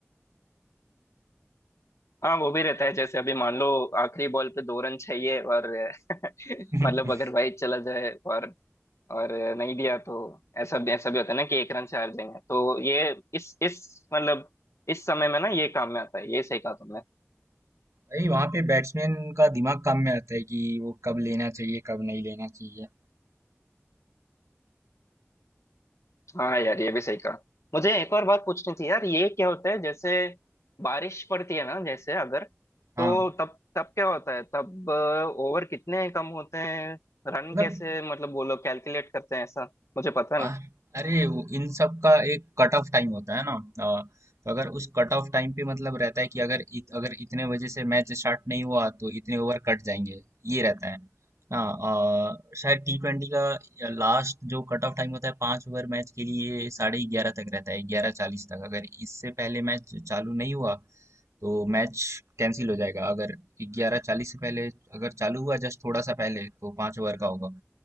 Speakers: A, on the left; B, on the right.
A: हाँ वो भी रहता है जैसे अभी मान लो आखिरी बॉल पे दो रन चाहिए और <laughs>
B: <laughs>
A: मतलब अगर वाइड चला जाए और और नहीं दिया तो ऐसा भी ऐसा भी होता है ना कि एक रन से हार जाएंगे तो ये इस इस मतलब इस समय में ना ये काम में आता है ये सही कहा तुमने
B: वही वहाँ पे बैट्समैन का दिमाग काम में आता है कि वो कब लेना चाहिए, कब नहीं लेना चाहिए।
A: हाँ यार ये भी सही कहा मुझे एक और बात पूछनी थी यार ये क्या होता है जैसे बारिश पड़ती है ना जैसे अगर
B: हाँ,
A: तो तब तब क्या होता है तब ओवर कितने कम होते हैं रन
B: मतलब
A: कैसे मतलब वो लोग कैलकुलेट करते हैं ऐसा मुझे पता नहीं
B: आ- अरे वो इन सब का एक कट ऑफ टाइम होता है ना आ, तो अगर उस कट ऑफ टाइम पे मतलब रहता है कि अगर इत, अगर इतने बजे से मैच स्टार्ट नहीं हुआ तो इतने ओवर कट जाएंगे ये रहता है ना आ, शायद टी ट्वेंटी का लास्ट जो कट ऑफ टाइम होता है पांच ओवर मैच के लिए साढ़े ग्यारह तक रहता है ग्यारह चालीस तक अगर इससे पहले मैच चालू नहीं हुआ तो मैच कैंसिल हो जाएगा अगर ग्यारह चालीस से पहले अगर चालू हुआ जस्ट थोड़ा सा पहले तो पांच ओवर का होगा